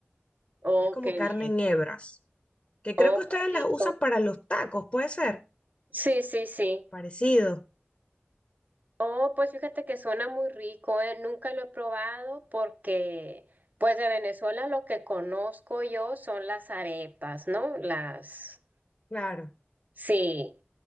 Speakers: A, on the right; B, on the left.
A: Oh,
B: Es como
A: qué
B: carne
A: bien.
B: en hebras, que creo
A: Oh,
B: que
A: qué
B: ustedes las
A: rico.
B: usan para los tacos, ¿puede ser?
A: Sí, sí, sí.
B: Parecido.
A: Oh, pues fíjate que suena muy rico, ¿eh? Nunca lo he probado porque, pues de Venezuela lo que conozco yo son las arepas, ¿no? Las,
B: Claro.
A: sí,